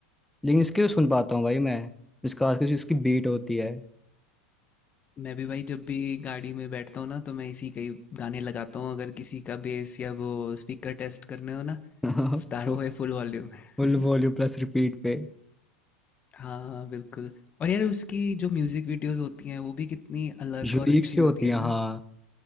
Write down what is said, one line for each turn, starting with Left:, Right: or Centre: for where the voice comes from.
Centre: लेकिन इसके सुन पाता हूँ भाई मैं इसका खास कर इसकी बीट होती है
Left: मैं भी भाई जब भी गाड़ी में बैठता हूँ ना तो मैं इसी कई गाने लगाता हूँ अगर किसी का बेस या वो स्पीकर टेस्ट करने हो ना
Centre: <laughs>
Left: स्टार हो है फुल वॉल्यूम
Centre: फुल
Left: <laughs>
Centre: वॉल्यूम प्लस रिपीट पे
Left: हाँ बिल्कुल और यार उसकी जो म्यूजिक वीडियोस होती हैं वो भी कितनी अलग
Centre: यूनिक
Left: और अच्छी
Centre: सी
Left: होती
Centre: होती
Left: है
Centre: है
Left: ना
Centre: हाँ